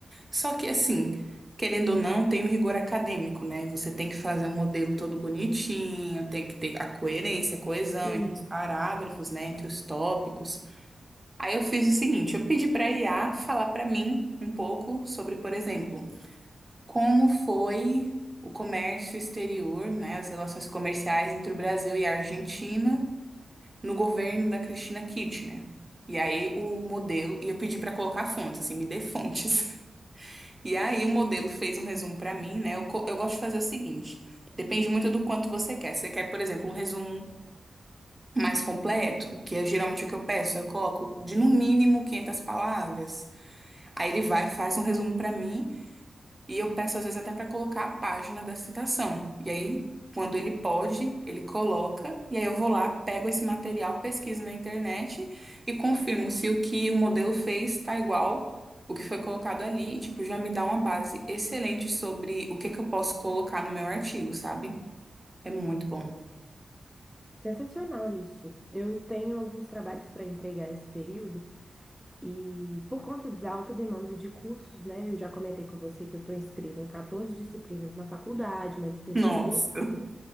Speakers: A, on the right (about 20°); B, in the centre.
A: só que assim, querendo ou não, tem o rigor acadêmico, né? Você tem que fazer um modelo todo bonitinho, tem que ter a coerência, a coesão
B: Sim.
A: entre os parágrafos, né, entre os tópicos. Aí eu fiz o seguinte, eu pedi para a IA falar para mim um pouco sobre, por exemplo, como foi o comércio exterior, né, as relações comerciais entre o Brasil e a Argentina no governo da Cristina Kirchner? E aí o modelo, e eu pedi para colocar fontes, assim, me dê fontes. <laughs> E aí o modelo fez um resumo para mim, né? Eu, co- eu gosto de fazer o seguinte, depende muito do quanto você quer. Você quer, por exemplo, um resumo mais completo, que é geralmente o que eu peço, eu coloco de no mínimo 500 palavras. Aí ele vai, faz um resumo para mim. E eu peço às vezes até para colocar a página da citação. E aí, quando ele pode, ele coloca, e aí eu vou lá, pego esse material, pesquiso na internet e confirmo se o que o modelo fez está igual o que foi colocado ali, e tipo, já me dá uma base excelente sobre o que que eu posso colocar no meu artigo, sabe? É muito bom.
B: Sensacional isso. Eu tenho alguns trabalhos para entregar esse período. E por conta da alta demanda de cursos, né, eu já comentei com você que eu estou inscrita em 14 disciplinas na faculdade, mas o TCC,
A: Nossa.